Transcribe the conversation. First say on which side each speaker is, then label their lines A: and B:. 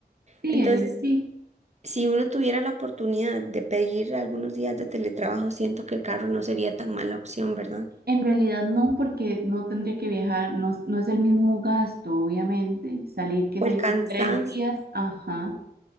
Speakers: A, on the right; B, on the right.
A: Sí,
B: Entonces,
A: en el- sí,
B: si uno tuviera la oportunidad de pedir algunos días de teletrabajo, siento que el carro no sería tan mala opción, ¿verdad?
A: En realidad no, porque no tendría que viajar, no, es- no es el mismo gasto, obviamente, salir, qué
B: O
A: sé
B: el cansancio.
A: yo, tres días, ajá,